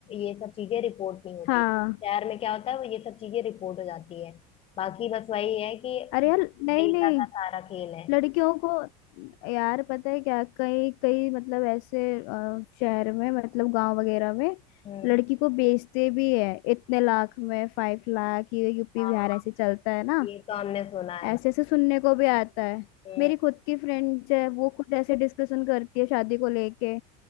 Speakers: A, on the left (about 30°); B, on the left (about 55°).
A: ये सब चीजें रिपोर्ट नहीं होती
B: हाँ
A: शहर में क्या होता है वो ये सब चीजें रिपोर्ट हो जाती है बाकी बस वही है कि
B: अरे यार नहीं
A: डेटा
B: नहीं
A: का सारा खेल है
B: लड़कियों को यार पता है क्या कई कई मतलब ऐसे अ, शहर में मतलब गांव वगैरह में
A: हम्म
B: लड़की को बेचते भी है इतने लाख में फाइव लाख ये यूपी
A: हाँ
B: बिहार ऐसे चलता है ना
A: ये तो हमने सुना है
B: ऐसे ऐसे सुनने को भी आता है
A: भाई
B: मेरी खुद की फ्रेंड्स है वो खुद ऐसे डिस्कशन करती है शादी को लेके